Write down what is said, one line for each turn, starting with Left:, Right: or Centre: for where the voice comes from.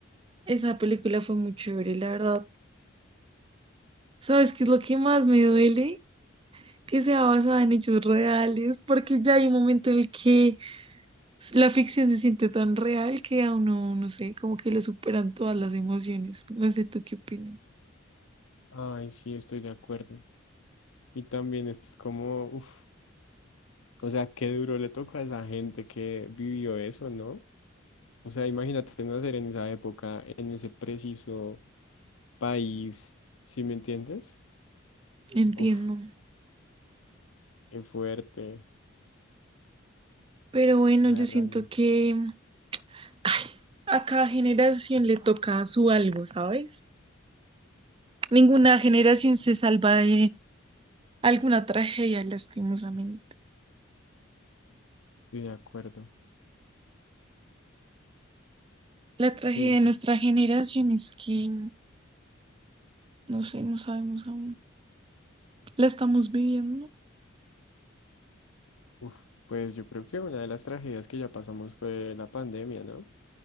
Right: esa película fue muy chévere, la verdad. ¿Sabes qué es lo que más me duele? Que sea basada en hechos reales, porque ya hay un momento en el que la ficción se siente tan real que a uno, no sé, como que le superan todas las emociones. No sé, ¿tú qué opinas?
Left: ay, sí, estoy de acuerdo. Y también es como, uf, o sea, qué duro le toca a esa gente que vivió eso, ¿no? O sea, imagínate nacer en esa época, en ese preciso país, ¿sí me entiendes?
Right: Entiendo.
Left: Uf, qué fuerte.
Right: Pero bueno,
Left: O sea,
Right: yo siento
Left: realmente
Right: que ay, a cada generación le toca su algo, ¿sabes? Ninguna generación se salva de alguna tragedia, lastimosamente.
Left: estoy de acuerdo.
Right: La tragedia
Left: Sí,
Right: de nuestra
Left: sí, sí.
Right: generación es que, no sé, no sabemos aún. La estamos viviendo,
Left: Uf, pues yo creo que una de las tragedias que ya pasamos fue la pandemia, ¿no?